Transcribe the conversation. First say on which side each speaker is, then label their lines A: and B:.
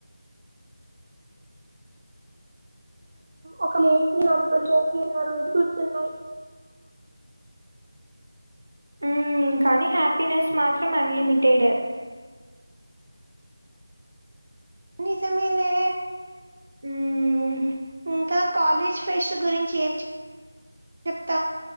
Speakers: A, on the right; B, on the right.
A: ఒక ప్లేట్ నలుగురీ షేర్ చేసినా రోజులు గుర్తున్నాయి
B: ఉ కానీ హ్యాపీనెస్ మాత్రం అన్ లిమిటెడ్
A: నిజమేలే
B: మ్మ్
A: ఇంకా కాలేజ్ ఫెస్టివల్ గురించి ఏం చెప్తారు